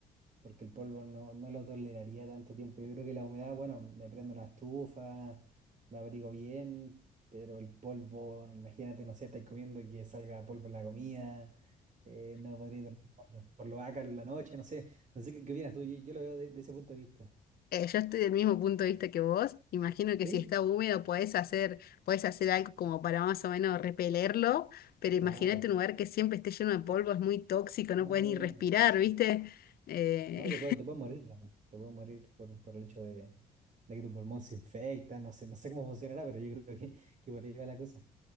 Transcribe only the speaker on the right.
porque el polvo no, no lo toleraría tanto tiempo. Yo creo que la humedad, bueno, me prendo una estufa, me abrigo bien, pero el polvo, bueno, imagínate, no sé, estáis comiendo y que salga polvo en la comida, eh, no podría dormir por, lo- por los ácaros en la noche, no sé, no sé qué, qué opinas tú, yo, yo lo veo de, de ese punto de vista.
¿Sí?
Claro.
No,
tóxico.
No, y te puedes, te puedes morir también. Te puedes morir por, por el hecho de, de que tu pulmón se infecta. No sé, no sé cómo funcionará, pero yo creo que, que por ahí va la cosa.